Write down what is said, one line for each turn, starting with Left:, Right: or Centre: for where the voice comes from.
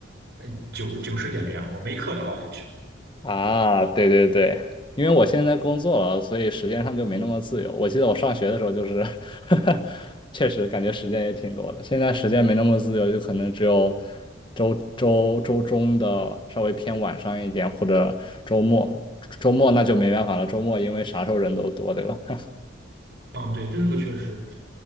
Right: 呃，九九十点这样。我没课的话就去。
Left: 啊，对对对，因为我现在工作了，所以时间上就没那么自由。我记得我上学的时候就是 <laughs> 确实感觉时间也挺多的。现在时间没那么自由，就可能只有周周周中的稍微偏晚上一点，或者周末。周末那就没办法了，周末因为啥时候人都多，对吧？<laughs>
Right: 嗯，对，这个确实是，